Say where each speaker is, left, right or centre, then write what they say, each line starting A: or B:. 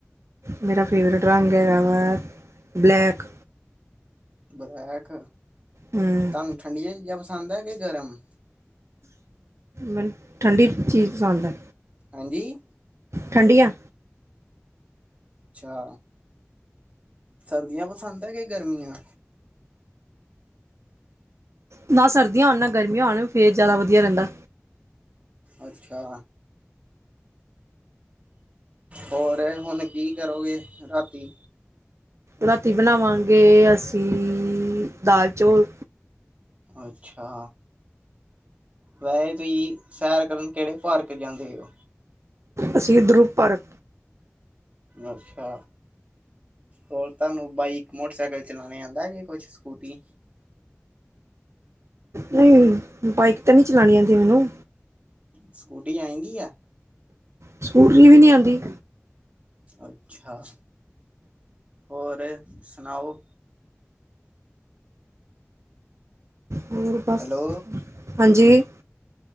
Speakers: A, on the right (about 75°); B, on the right (about 25°).
A: ਮੇਰਾ ਫੇਵਰੇਟ ਰੰਗ ਹੈਗਾ ਵਾ ਬਲੈਕ
B: ਬਲੈਕ,
A: ਹਮ
B: ਤੂਹਾਨੂੰ ਠੰਡੀਆਂ ਚੀਜ਼ਾਂ ਪਸੰਦ ਹੈ ਕਿ ਗਰਮ
A: ਮੈਨੂੰ ਠੰਡੀ ਚੀਜ਼ ਪਸੰਦ ਆ
B: ਹਾਂਜੀ
A: ਠੰਡੀਆਂ
B: ਅੱਛਾ ਸਰਦੀਆਂ ਪਸੰਦ ਆ ਕਿ ਗਰਮੀਆਂ
A: ਨਾ ਸਰਦੀਆਂ ਹੋਨ ਨਾ ਗਰਮੀਆਂ ਹੋਨ ਫਿਰ ਜ਼ਿਆਦਾ ਵਦੀਆ ਰਹਿੰਦਾ
B: ਅੱਛਾ ਹੋਰ ਹੁਨ ਕੀ ਕਰੋਗੇ, ਰਾਤੀ
A: ਰਾਤੀ ਬਨਾਵਾਂਗੇ ਅਸੀਂ ਦਾਲ -ਚੌਲ
B: ਅੱਛਾ ਵੈਹੇ ਤੁਹੀ ਸੈਰ ਕਰਨ ਕਿਹੜੇ ਪਾਰਕ ਜਾਂਦੇ ਓ
A: ਅਸੀਂ ਦਰੁਪ ਪਾਰਕ
B: ਅੱਛਾ ਹੋਰ ਤੁਹਾਨੂੰ ਬਾਈਕ ਮੋਟਰਸਾਈਕਲ ਚਲਾਨੇ ਆਂਦਾ ਜੇ ਕੁਛ ਸਕੂਟੀ
A: ਨਹੀਂ ਬਾਈਕ ਤਾਂ ਨਹੀਂ ਚਲਾਨੀ ਆਂਦੀ ਮੈਨੂੰ
B: ਸਕੂਟੀ ਆਏਂਦੀ ਆ।
A: ਸਕੂਟਰੀ ਵੀ ਨੀ ਆਂਦੀ
B: ਅੱਛਾ, ਹੋਰ ਸੁਨਾਓ
A: ਹੋਰ ਬਸ,
B: ਹੈਲੋ
A: ਹਾਂਜੀ